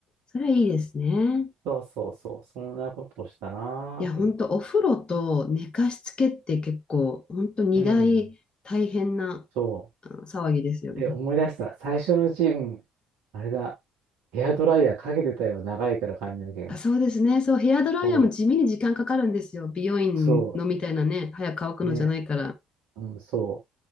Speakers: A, on the left; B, on the right.
A: それはいいですね。
B: そうそうそう、そんなことをしたなぁと思
A: いや、ほんと、お風呂と寝かしつけって結構、ほんと、二大大変な
B: う。うん、そ
A: あの騒ぎですよ。
B: う。で、思い出した。最初のうち、うん、あれだ、ヘアドライヤーかけてたよ、長いから髪の毛が。
A: あ、そうですね。そう、ヘアドライヤーも地味に時間かかるんですよ。
B: そ
A: 美容院のみたいなね、
B: う、そ
A: 早く乾くのじゃないから。
B: う、ね、うん、そ